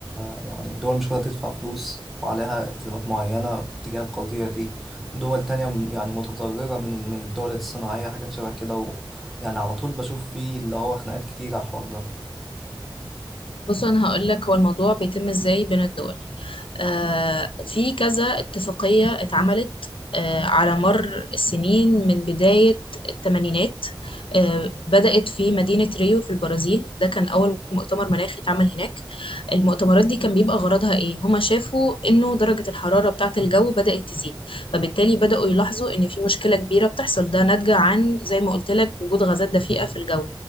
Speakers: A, in the centre; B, on the left.
A: يعني دول مش قادرة تدفع فلوس وعليها التزامات معينة تجاه القضية دي ودول تانية م- يعني متضررة من من الدول الصناعية حاجات شبه كده ويعني على طول بشوف فيه اللي هو خناقات كتير على الحوار ده
B: بص أنا هقولك هو الموضوع بيتم إزاي بين الدول آه، في كذا اتفاقية اتعملت آه، على مر السنين من بداية الثمانينات آه، بدأت في مدينة ريو في البرازيل ده كان أول مؤتمر مناخي اتعمل هناك المؤتمرات دي كان بيبقى غرضها إيه؟ هما شافوا إنه درجة الحرارة بتاعة الجو بدأت تزيد فبالتالي بدأوا يلاحظوا إن في مشكلة كبيرة بتحصل ده ناتجة عن زي ما قلت لك وجود غازات دفيئة في الجو